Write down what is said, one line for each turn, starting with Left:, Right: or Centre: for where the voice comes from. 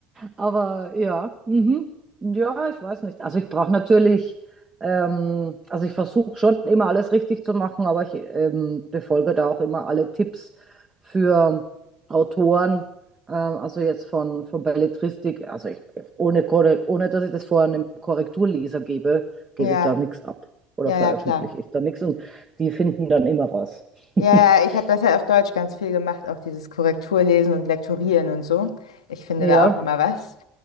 Right: Aber ja, mhm. Ja, ich weiß nicht. Also ich brauche natürlich, ähm, also ich versuche schon immer alles richtig zu machen, aber ich ähm, befolge da auch immer alle Tipps für Autoren, ähm, also jetzt von, von Belletristik, also ich, ohne, Korre- ohne dass ich das vorher einem Korrekturleser gebe, gebe
Left: Ja,
Right: ich da nichts ab oder
Left: ja,
Right: veröffentliche
Left: ja, klar.
Right: ich da nichts und die finden dann immer raus. <laughs>
Left: Ja, ja, ich habe das ja auf Deutsch ganz viel gemacht, auch dieses Korrekturlesen und Lektorieren und so. Ich finde
Right: Ja.
Left: da auch immer was.